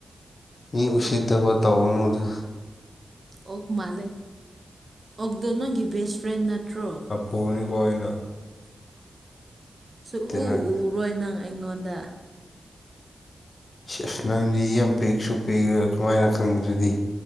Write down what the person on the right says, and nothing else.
ꯑꯣꯛ ꯃꯥꯜꯂꯦ ꯑꯣꯛꯗꯣ ꯅꯪꯒꯤ ꯕꯦꯁ ꯐ꯭ꯔꯦꯟ ꯅꯠꯇ꯭ꯔꯣ
ꯁꯨꯛꯎ
ꯎꯔꯣꯏ ꯅꯪ ꯑꯩꯉꯣꯡꯗ